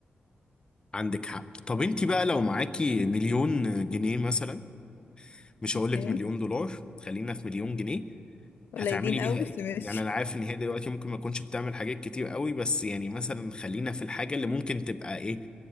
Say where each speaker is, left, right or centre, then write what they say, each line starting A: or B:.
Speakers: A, on the left; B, on the left.
A: عندك حق طب انت بقى لو معاكي مليون جنيه مثلا مش
B: اوكي
A: هقول لك مليون دولار خلينا في مليون جنيه
B: قليلين
A: هتعملي
B: قوي
A: بيها
B: بس
A: ايه
B: ماشي
A: يعني انا عارف ان هي دلوقتي ممكن ما تكونش بتعمل حاجات كتير قوي بس يعني مثلا خلينا في الحاجة اللي ممكن تبقى ايه